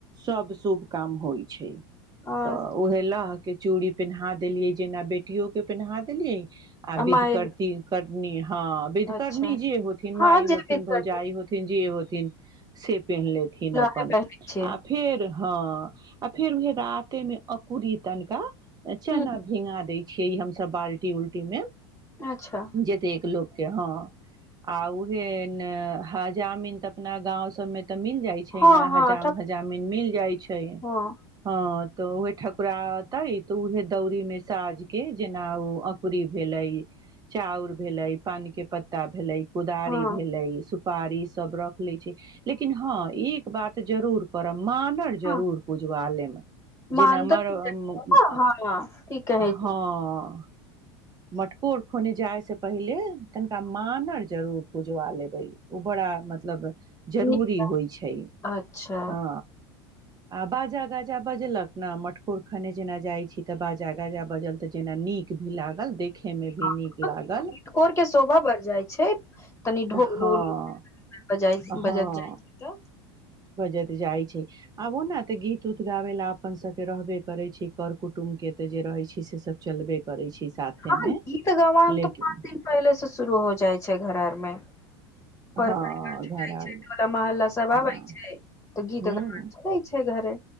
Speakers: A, on the right; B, on the left.
A: सब शुभ काम होइ छै
B: हँ
A: तऽ उहे लह के चूड़ी पेनहा देलिय जेना बेटियो के पेनहा देलिए आ
B: अ
A: विध
B: माय
A: करती कर नेह हँ विधकर्णी
B: अच्छा
A: जे होथिन माइ
B: हँ जे
A: होथिन
B: विध
A: भौजाइ
B: करतै
A: होथिन जे होथिन सेफ पेन लेथिन
B: लहे
A: अपन
B: पहिरै छियै
A: आ हँ आ फेर ओह रातेमे अकुरी तनिका चना
B: हूँ
A: भींगा दैय छिय हमस बाल्टी उल्टी मे
B: अच्छा
A: जेत एक लोक हँ आ उहे ने हजामिन तऽ अपना गाँव सबमे त मिल जाइ छै
B: हँ
A: ने
B: हँ
A: हजाम मि मिल जाइ छै
B: हँ
A: हँ ह तऽ उहे ठकुरा ते तऽ उहे दौरी में साझ के जेना ओ अकुरी भेलै चाउर भेलै पान के पत्ता भेलै कोदारी
B: हँ
A: भेलै सु पारी सब रख लै छै लेकिन हँ एक बात तऽ जरूर मानव जरूर
B: हँ
A: पुजवालयमे जेना
B: मानदक
A: मर ऊ
B: हँ की कहै छै
A: हँ मटकोर खुने जाइ से पहिले तनका मानल जरूर पुजवा लेबै ओ बड़ा मतलब जरूरी
B: नीक
A: होइ छै
B: अच्छा
A: हँ आ बाजा गाजा बजलक न मटकोर खने जेना जाइ छी तऽ बाजा गाजा बजल तऽ जेना नीक भी लागल देखे मे भी
B: आ
A: नीक
B: मटकोरके
A: लागल
B: शोभा बढ़ि जाइ छै तनि
A: हँ
B: ढोल उल बजत
A: हँ
B: जाइ छै तऽ
A: बजत जाय छै आब ओ ने ते गीत उत गाबे ला अपन सब के रहबे करे छै कर कुटुंब के ते जे रहे छै से सब चलबे करे छै साथे
B: हँ
A: मे
B: गीत गवान
A: लेकिन
B: तऽ पाँच दिन पहिलेसँ शुरू हो जाइ छै घर आरमे टोला
A: हँ घर आर मे
B: महला स सब
A: हँ
B: आबै छै तऽ गीत
A: ह
B: गाबा चलै छै घरे